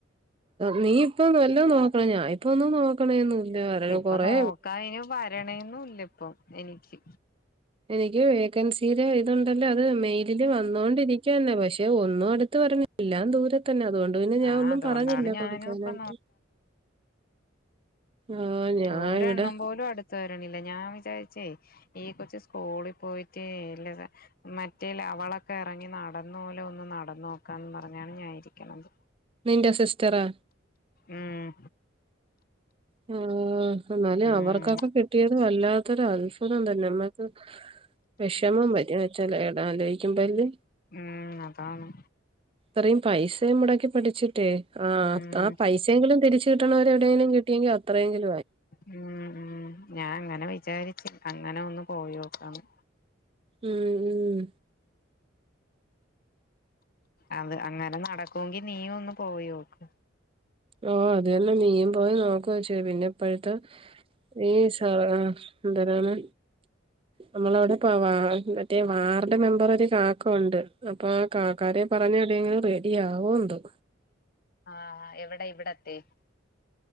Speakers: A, on the right; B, on the left.
A: നീ ഇപ്പൊ വല്ലതും <unintelligible> ഇപ്പൊന്നും നോക്കണെന്നുല്ല വര
B: ഇപ്പൊ
A: കൊറെ
B: നോക്കാന് വരണേന്നും ഇപ്പം എനിക്ക്
A: എനിക്ക് വേക്കൻസിൽ ഇതുണ്ടല്ലോ അത് മെയ് തില് വന്നോണ്ടിരി ക്ക്യന്നെ പക്ഷേ ഒ ന്നും അടുത്ത് വരുന്നില്ല, ദൂരെത്തന്നെ അതുകൊണ്ട് പിന്നെ ഞാൻ
B: ആഹ്
A: ഒന്നും
B: അതുകൊണ്ടാണ്
A: പറഞ്ഞില്ല
B: ഞാനും
A: കൊടുക്കാനായിട്ട്.
B: ഇപ്പൊ
A: ആഹ് ഞാൻ
B: ഓരെണ്ണം
A: ഇവിടെ
B: പോലും അടുത്ത് വരണി ല്ല ഞാൻ വിചാരിച്ചേ ഈ കൊച്ചു സ്കൂളി പോയിട്ടേ ഇല്ല മറ്റേല് അവളൊക്കെ എറങ്ങി നടന്ന പോലെ ഒന്ന് നടന്നോക്കാന്നും പറഞ്ഞാണ് ഞാൻ ഇരിക്കണത്.
A: നിന്റെ സിസ്റ്ററാ
B: ഉം
A: ആ എന്നാലും
B: ഉം
A: അവർക്കൊക്കെ കിട്ടിയത് വല്ലാത്തൊരു അൽഫുതം തന്നെ നമ്മക്ക് വിഷമം വരും <unintelligible> ആലോചിക്കുമ്പോ അല്ലേ
B: ഉം അതാണ്
A: ഇത്രയും പൈസയും മുടക്കി പഠിച്ചിട്ടേ ആ
B: ഉം
A: ആ പൈസെങ്കിലും തിരിച്ചു കിട്ടണ വരെ എവിടെയങ്കിലും കി ട്ടിയെങ്കിൽ അത്രയെങ്കിലും
B: ഉം ഉം ഞാൻ അങ്ങനെ വിചാരി അങ്ങനെ ഒന്ന് പോയി നോക്കാന്ന്
A: ഉം ഉം
B: അത് അങ്ങനെ നടക്കുമെങ്കി നീയൊന്ന് പോയി നോക്ക്
A: ഓ അത് തന്നേ നീയും പോയി നോക്ക് കൊച്ചേ പിന്നെ ഇപ്പോഴത്തെ ഈ സാ എന്തരാണ് നമ്മളവിടെ ഇപ്പോ മറ്റേ വാർഡ് മെമ്പറൊരു കാക്ക ഉണ്ട് അപ്പോ ആ കാക്കാരെ പറഞ്ഞ <unintelligible> പേടിയാവോ എന്തോ
B: ആ എവിടെ ഇവ് <unintelligible>